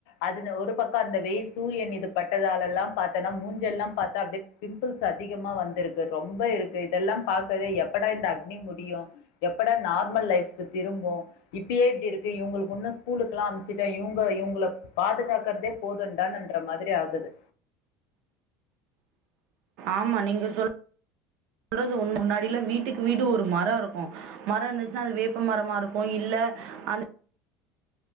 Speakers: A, on the left; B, on the right.
A: அதுல ஒரு பக்கோ அந்த வெயில் சூரியன் இது பட்டதாலெல்லா பாத்தோனா மூஞ்செல்லா பாத்தா அப்டியே பிம்பிள்ஸ் அதிகமா வந்திருக்கு ரொம்ப இருக்கு இதெல்லா பாக்ர்தே எப்படா இந்த அக்னி முடியு எப்படா நார்மல் லைஃப்க்கு திரும்பு இப்பயே இப்டி இருக்கு இவுங்ளுக்கு உன்னு ஸ்கூலுக்குல்லா அம்ச்சிட்டா இவங்க இங்கள பாதுகாக்கறதே போதுன்டான்ற மாதிரி ஆகுது
B: ஆமா நீங்க சொல் சொல்றது ஒன்னு முன்னாடில வீட்டுக்கு வீடு ஒரு மரோ இருக்கு மரோ இருந்துச்சுன்னா அது வேப்ப மரமா இருக்கு இல்ல அந்த